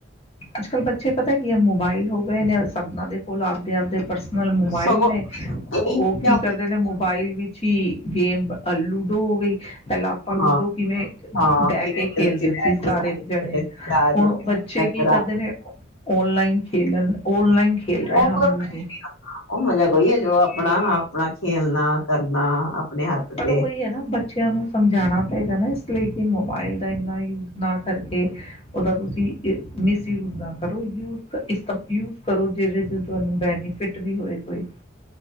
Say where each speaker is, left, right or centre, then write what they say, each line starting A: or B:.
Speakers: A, on the left; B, on the left.
A: ਅੱਜ ਕੱਲ੍ਹ ਬੱਚੇ ਪਤਾ ਕੀ ਹੈ ਮੋਬਾਇਲ ਹੋ ਗਏ ਨੇ ਸਭਨਾਂ ਦੇ ਕੋਲ ਆਪਦੇ ਆਪਦੇ ਪਰਸ ਨਾਲ ਮੋਬਾਈਲ
B: ਸਗੋਂ
A: ਨੇ
B: ਇਹੀ
A: ਉਹ
B: ਚੀਜ਼ਾਂ
A: ਕੀ ਕਰਦੇ ਨੇ ਮੋਬਾਇਲ ਵਿੱਚ ਹੀ ਗੇਮ ਅ ਲੂਡੋ ਹੋ ਗਈ ਪਹਿਲਾਂ ਆਪਾਂ ਲੂਡੋ
B: ਹਾਂ
A: ਕਿਵੇਂ
B: ਹਾਂ,
A: ਡਹਿ
B: ਕਿਵੇਂ
A: ਕੇ ਖੇਲਦੇ
B: ਬੈਟ
A: ਸੀ ਸਾਰੇ
B: ਤੇ
A: ਜਣੇ
B: ਜਾ-ਜਾ
A: ਹੁਣ
B: ਕੇ
A: ਬੱਚੇ
B: ਨਜ਼ਰ
A: ਕੀ ਕਰਦੇ
B: ਆ
A: ਨੇ ਔਨਲਾਈਨ ਖੇਲਣ ਔਨਲਾਈਨ ਖੇਲ ਰਹੇ
B: ਉਹਰ
A: ਹਮ ਲੂਡੋ
B: ਮ ਨ ਉਹ ਮਜ਼ਾ ਕੋਈ ਹੈ ਜੋ ਆਪਣਾ ਆਪਣਾ ਖੇਲਣਾ ਕਰਨਾ ਆਪਣੇ ਹੱਥ
A: ਪਰ
B: ਤੇ
A: ਉਹੀ ਹੈ ਨਾ ਬੱਚਿਆਂ ਨੂੰ ਸਮਝਾਉਣਾ ਪਏਗਾ ਨਾ ਇਸ ਲਈ ਕੀ ਮੌ ਲ ਦਾ ਇਨਾ ਯੂਜ ਨਾ ਕਰਕੇ ਉਹਦਾ ਤੁਸੀਂ ਮਿਸਯੂਜ ਨਾ ਕਰੋ ਯ ਯੂਜ ਕਰੋ ਜਿਹਦੇ ਚ ਤੁਹਾਨੂੰ ਬੈਨੀਫਿਟ ਵੀ ਹੋਏ ਕੋਈ